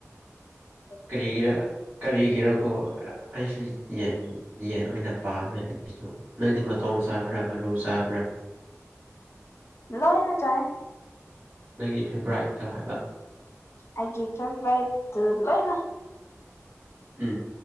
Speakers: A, on the left; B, on the right.
A: ꯎꯣ
B: ꯀꯔꯤꯒꯤꯔ ꯀꯔꯤꯒꯤꯔꯀꯣ ꯑꯩꯁꯨ ꯍꯦꯟ ꯌꯦꯟ ꯑꯣꯏꯅ ꯄꯥꯝꯃꯦ ꯑꯩꯁꯨ ꯅꯪꯗꯤ ꯃꯇꯣꯡ ꯆꯥꯕ꯭ꯔꯥ ꯃꯔꯨ ꯆꯥꯕ꯭ꯔꯥ
A: ꯂꯣꯏꯅ ꯆꯥꯏ
B: ꯅꯪꯒꯤ ꯐꯦꯕ꯭ꯔꯥꯏꯠꯇꯣ ꯍꯥꯏꯕ
A: ꯑꯩꯒꯤ ꯐꯦꯚꯣꯔꯥꯏꯠꯇꯣ ꯂꯣꯏꯅ
B: ꯎꯝ